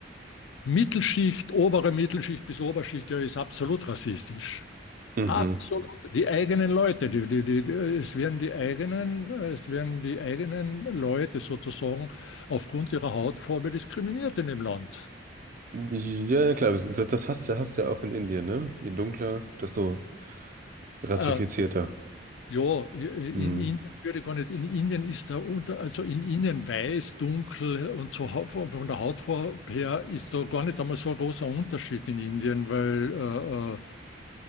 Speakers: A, on the left; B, on the right.
A: Mittelschicht, obere Mittelschicht bis Oberschicht, ja, ist absolut rassistisch.
B: Mhm.
A: Absolut, die eigenen Leute, die, die, die, die, es werden die eigenen, es werden die eigenen Leute sozusagen aufgrund ihrer Hautfarbe diskriminiert in dem Land.
B: Ja, klar, das, das hast, du- hast du ja auch in Indien, ne? Je dunkler, desto Rassifizierter.
A: Äh, ja, in
B: Hm.
A: Indien würde ich gar nicht, in Indien ist da unter, also in Indien weiß, dunkel und so hau- von von der Hautfarbe her ist da gar nicht einmal so ein großer Unterschied in Indien, weil äh, äh,